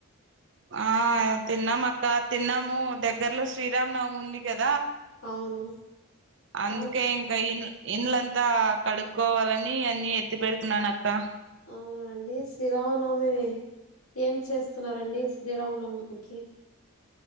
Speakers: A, on the right (about 55°); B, on the left (about 85°).
A: ఆ తిన్నాం అక్క తిన్నాము దగ్గర్లో శ్రీరామ్ నవమి ఉంది కదా
B: అవును
A: అందుకే
B: అవును
A: ఇంకా ఇల్ ఇల్లం అంత కడుక్కోవాలని అన్ని ఎత్తి పెడుతున్నాను అక్క
B: అవునండి శ్రీరామనవమి, ఏం చేస్తున్నారంండి శ్రీరామనవమికి.